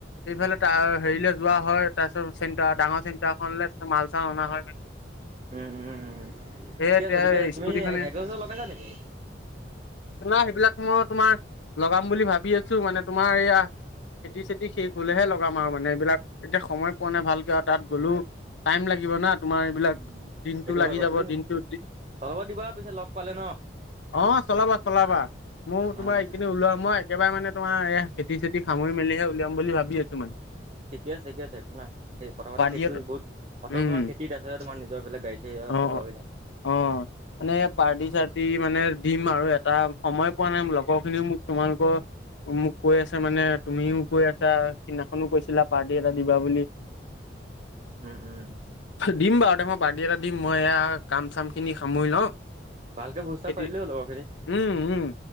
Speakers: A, on the left; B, on the right.
A: সেইফালে তাৰ হেৰিলে যোৱা হয়। তাৰপিছত চেন্টাৰ ডাঙৰ চেণ্টাৰখনলে মাল চাল অনা হয় মানে।
B: উম, উম, উম।
A: সেই
B: ঠিকে
A: এতিয়া
B: আছে, ঠিকে আছে।
A: এই
B: তুমি
A: স্কুটিখনে নাই
B: একজষ্ট লগাইছা নেকি?
A: সেইবিলাক মই তোমাৰ লগাম বুলি ভাবি আছো মানে তোমাৰ এইয়া খেতি-চেতি শেষ হ'লেহে লগাম আৰু মানে এইবিলাক। এতিয়া সময় পোৱা নাই ভালকে আৰু তাত গ'লো টাইম লাগিব না। তোমাৰ এইবিলাক
B: উম।
A: দিনটো
B: সেইটো
A: লাগি
B: হয় বাৰু।
A: যাব।
B: তুমি
A: দিনটো দি
B: চলাব দিবা পিছে লগ পালে ন'?
A: অ চলাবা, চলাবা। মোৰ
B: উম,
A: তোমাৰ এইখিনি ওলোৱা মই একেবাৰে মানে তোমাৰ এই খেতি-চেতি সামৰি মেলিহে উলিয়াম বুলি ভাবি আছো মানে।
B: ঠিক আছে, ঠিকে আছে একো নাই। সেই প্ৰথমতে
A: বালিয়টো
B: খেতিটো বহুত প্ৰথম
A: উম
B: তোমাৰ খেতি তাৰচতহে তোমাৰ নিজৰ হেফালে গাড়ী চা
A: অ অ
B: <unintelligible>
A: অ মানে পাৰ্টি-চাৰ্টি মানে দিম আৰু এটা। সময় পোৱা নাই। লগৰখিনিও মোক তোমালোকৰ মোক কৈ আছে মানে তুমিও কৈ আছা। সিদিনাখনো কৈছিলা পাৰ্টি এটা দিবা বুলি। <inaudible>
B: উম, উম।
A: দিম বাৰু দে মই পাৰ্টি এটা দিম। মই এয়া কাম-চামখিনি সামৰি লওঁ।
B: ভালকে ভোজ এটা
A: খেতি
B: খোৱাই দিলে হ'ল লগৰখিনিক।
A: উম, উম